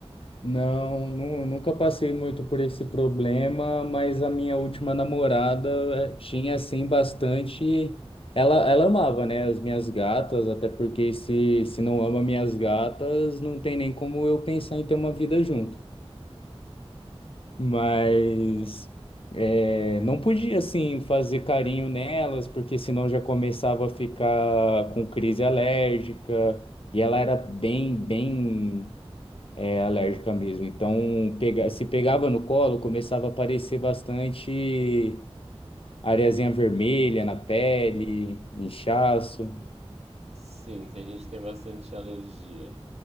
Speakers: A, on the left; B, on the right.
A: Não, nu- nunca passei muito por esse problema, mas a minha última namorada eh, tinha assim bastante. Ela, ela amava, né, as minhas gatas, até porque se, se não ama minhas gatas, não tem nem como eu pensar em ter uma vida junto. Mas eh, não podia assim fazer carinho nelas, porque senão já começava a ficar com crise alérgica. E ela era bem, bem é alérgica mesmo. Então, pega, se pegava no colo, começava a aparecer bastante areazinha vermelha na pele, inchaço.
B: Sim, tem gente que tem bastante alergia.